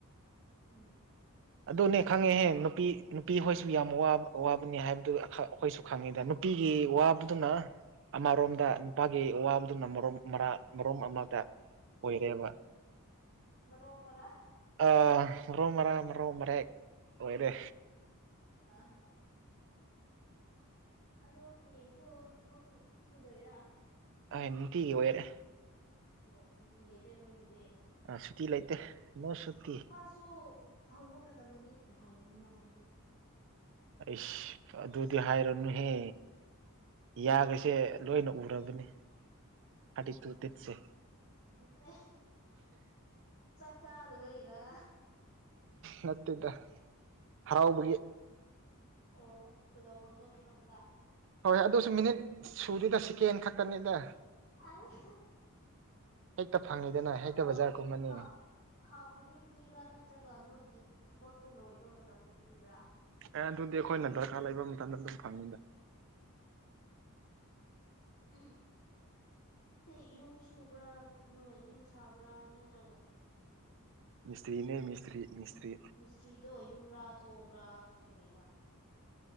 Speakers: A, on the left; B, on the right.
A: ꯎꯝ
B: ꯑꯗꯨꯅꯦ ꯈꯪꯉꯦꯍꯦ
A: ꯒ꯭ꯌꯥꯟ
B: ꯅꯨꯄꯤ ꯅꯨꯄꯤꯍꯣꯏꯁꯨ
A: ꯎꯝ
B: ꯌꯥꯝ ꯋꯥꯕ ꯑꯋꯥꯕꯅꯤ ꯍꯥꯏꯕꯗꯨ ꯑꯈ ꯑꯩꯈꯣꯏꯁꯨ ꯈꯪꯉꯤꯗ ꯅꯨꯄꯤꯒꯤ ꯋꯥꯕꯗꯨꯅ ꯑꯃꯔꯣꯝꯗ ꯅꯨꯄꯥꯒꯤ ꯋꯥꯕꯗꯨꯅ ꯃꯔꯣꯝ ꯃꯔꯥ ꯃꯔꯣꯝ ꯑꯃꯗ ꯑꯣꯏꯔꯦꯕ
A: ꯃꯔꯣꯝ ꯃꯔꯥꯡ
B: ꯑ ꯔꯣ ꯃꯔꯥꯡ ꯃꯔ ꯔꯣ ꯃꯔꯦꯛ ꯑꯣꯏꯔꯦ
A: ꯑ ꯑꯗꯣ ꯍꯌꯦꯡꯁꯨ ꯊꯕꯛꯁꯨ ꯁꯨꯗꯣꯏꯔꯥ
B: ꯑꯥꯏ ꯅꯨꯇꯤꯒꯤ ꯑꯣꯏꯔꯦ
A: ꯑꯣ ꯁꯨꯇꯤ ꯂꯩꯇ꯭ꯔꯦ ꯅꯣꯏꯒꯤꯗꯤ
B: ꯑ ꯁꯨꯇꯤ ꯂꯩꯇꯦ ꯅꯣ ꯁꯨꯇꯤ
A: ꯁꯨ ꯐꯪꯕ ꯃꯇꯝꯗꯗꯤ ꯐꯪꯒꯅꯤꯅ ꯅꯣꯏꯗꯤ
B: ꯑꯩꯁ ꯑꯗꯨꯗꯤ ꯍꯥꯏꯔꯅꯨꯍꯦ ꯌꯥꯒꯁꯦ ꯂꯣꯏꯅ ꯎꯔꯕꯅꯤ ꯊꯥꯔꯇꯤꯇꯨ ꯇꯤꯠꯁꯦ
A: <unintelligible> ꯆꯥꯛ ꯆꯥꯗꯕꯩꯔꯥ
B: ꯅꯠꯇꯦꯗ ꯍꯔꯥꯎꯕꯒꯤ
A: ꯑꯣ ꯇꯣꯂꯣꯞ ꯐꯪꯕ ꯃꯇꯝꯂꯥ
B: ꯍꯣꯏ ꯑꯗꯨꯁꯨ ꯃꯤꯅꯤꯠ ꯁꯨꯗꯦꯗ ꯁꯦꯀꯦꯟ ꯈꯛꯇꯅꯦꯗ
A: ꯑꯁ
B: ꯍꯦꯛꯇ ꯐꯪꯉꯦꯗꯅ
A: ꯑꯗꯨ
B: ꯍꯦꯛꯇ
A: ꯑꯥ
B: ꯕꯖꯥꯔ ꯀꯨꯝꯃꯅꯤ
A: ꯊꯥ ꯊꯥ ꯈꯨꯗꯤꯡ ꯄꯤꯕ꯭ꯔꯥ ꯅꯠꯇ꯭ꯔꯒ ꯅꯣꯏꯒꯤ ꯊꯕꯛꯇꯣ ꯂꯣꯏꯕ ꯃꯇꯝꯗ ꯄꯤꯕ꯭ꯔꯥ
B: ꯑꯦ ꯑꯗꯨꯗꯤ ꯑꯩꯈꯣꯏꯅ ꯗꯔꯀꯥꯔ ꯂꯩꯕ ꯃꯇꯝꯗ ꯑꯗꯨꯝ ꯐꯪꯉꯤꯗ
A: ꯎꯝ ꯎ ꯅꯠꯇꯩ ꯌꯨꯝ ꯁꯨꯕ꯭ꯔꯥ ꯅꯣꯏ ꯌꯨꯝ ꯁꯥꯕ꯭ꯔꯥ ꯅꯠꯇ꯭ꯔꯒ
B: ꯃꯤꯁꯇ꯭ꯔꯤꯅꯦ ꯃꯤꯁꯇ꯭ꯔꯤ ꯃꯤꯁꯇ꯭ꯔꯤ
A: ꯃꯤꯁꯇ꯭ꯔꯤꯗꯣ ꯌꯨꯝꯔꯥ ꯊꯣꯡꯔꯥ ꯀꯔꯤꯔꯥ